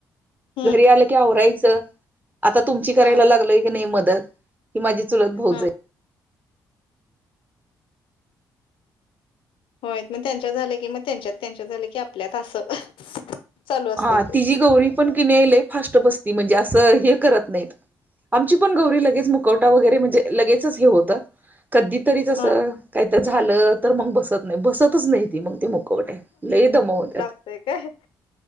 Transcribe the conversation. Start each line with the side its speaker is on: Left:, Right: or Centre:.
Left: हम्म
Right: घरी आल- की आवरायचं. आता तुमची करायला
Left: हा
Right: लागलीय की नाही मदत? ही माझी चुलत भावजय.
Left: हा
Right: ह
Left: होय. मग त्यांच्या झालं की मग त्यांच्यात. त्यांच्या झाले की आपल्यात असं. चालू असते
Right: हा.
Left: ते
Right: तिची गौरी पण कि नाही? लय फास्ट बसती म्हणजे असं हे करत नाहीत. आमची पण गौरी लगेच मुकवटा वगैरे म्हणजे लगेचच हे होतं. कधी तरीच असं-
Left: हा
Right: काही तर झालं तर मग बसत नाही. बसतच नाही ते मग ते मुखवटे. लई दमवत्यात.
Left: होय काय?